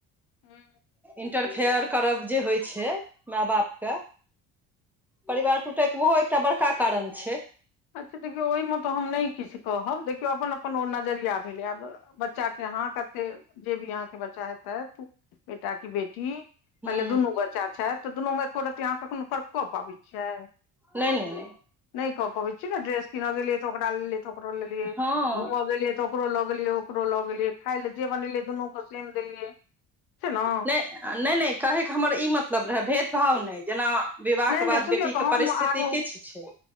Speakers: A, on the left; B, in the centre.
A: हूँ
B: इंटरफेयर करब जे होइ छै माय बाप के परिवार टूटैके ओहो एकटा बड़का कारण छै
A: अच्छा देखियौ ओहिमे तऽ हम नहि किछु कहब देखियौ अपन अपन ओ नजरिया भेलै आब बच्चा के अहाँ कते जे भी अहाँ के बच्चा हेतैत बेटा की बेटी मानिलिय
B: हूँ
A: दुनू बच्चा छथि तऽ दुनूमे एको रत्ती अहाँ कखनो फर्क क पाबै छियै
B: नहि नहि नहि
A: नहि कऽ पबै छियै ने ड्रेस कीनऽ गेलियै तऽ ओकरा ले लेलियै तऽ ओकरो ले लेलियै
B: हँ
A: घुम गेलियै तऽ ओकरो लऽ गेलियै ओकरो लऽ गेलियै खाय ले जे बनेलिये दुनू के सेम देलियै छै ने
B: नहि नहि नहि कहैके हमर ई मतलब रहै भेदभाव नहि जेना विवाह
A: नहि
B: के
A: नहि
B: बाद
A: सुनियौ
B: बेटी
A: तऽ
B: के
A: हम
B: परिस्थिति
A: आगू
B: किछु छै